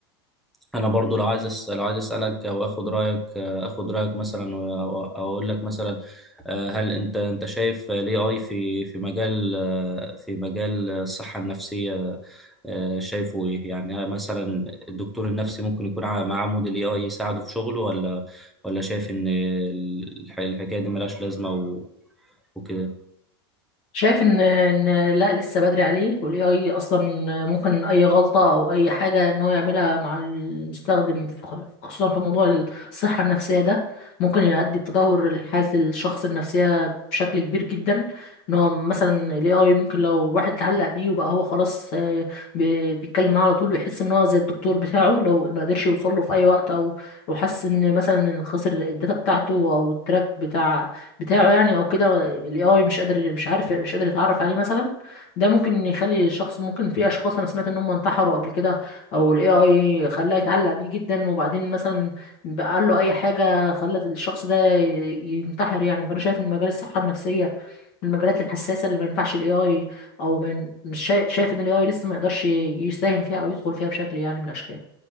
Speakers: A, in the centre; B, on the left.
A: انا برضو لو عايز أس... لو عايز اسالك او اخد رايك آه، اخد رايك مثلا و- او أو اقول لك مثلا آه، هل انت انت شايف الاي اي في في مجال آه، في مجال الصحه النفسيه آه، شايفه ايه يعني مثلا الدكتور النفسي ممكن يكون ع- معاه موديل اي اي يساعده في شغله ولا ولا شايف ان ال- الح- الحكايه دي ملهاش لازمه و... وكده
B: شايف ان ان لا لسه بدري عليه والاي اي اصلا ممكن اي غلطه او اي حاجه ان هو يعملها مع المستخدم في خ- خصوصا في موضوع الصحه النفسيه ده ممكن يؤدي بتدهور لحاله الشخص النفسيه بشكل كبير جدا ان هو مثلا الاي اي ممكن لو واحد اتعلق بيه وبقى هو خلاص آه، بي- بيتكلم معاه على طول ويحس ان هو زي الدكتور بتاعه لو ما قدرش يوصل له في اي وقت او او حس ان مثلا ان خسر الداتا بتاعته او التراك بتاع بتاعه يعني او كده الاي اي مش قادر مش عارف مش قادر يتعرف عليه مثلا ده ممكن يخلي الشخص ممكن في اشخاص انا سمعت ان هم انتحروا قبل كده او الاي اي خلاه يتعلق بيه جدا وبعدين مثلا بقى قال له اي حاجه خلت الشخص ده ي- ينتحر يعني فانا شايف ان مجال الصحه النفسيه من المجالات الحساسه اللي ما ينفعش الاي اي او من مش شايف, شايف ان الاي اي لسه ما يقدرش يساهم فيها او يدخل فيها بشكل يعني من الاشكال